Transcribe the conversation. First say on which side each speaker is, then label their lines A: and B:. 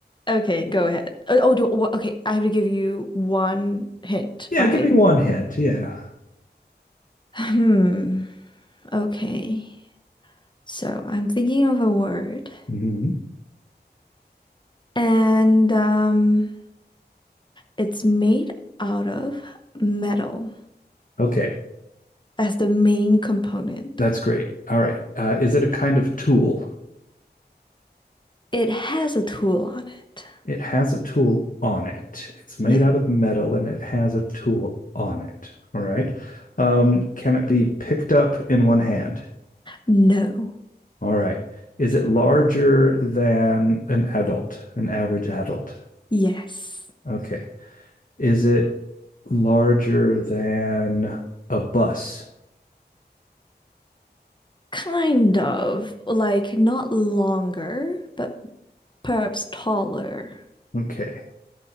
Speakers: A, on the left; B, on the left.
A: Okay, go ahead. Oh, oh, do, wha- okay. I have to give you one hint,
B: Yeah,
A: right?
B: give me one hint. Yeah.
A: Hmm. Okay. So I'm thinking of a word,
B: hmm
A: and um, it's made out of metal
B: Okay.
A: as the main component.
B: That's great. All right. Uh, is it a kind of tool?
A: It has a tool on it.
B: It has a tool on it. It's made
A: Yeah.
B: out of metal and it has a tool on it. All right. Um, can it be picked up in one hand?
A: No.
B: All right. Is it larger than an adult, an average adult?
A: Yes.
B: Okay. Is it larger than a bus?
A: Kind of. Like not longer, but perhaps taller.
B: Okay.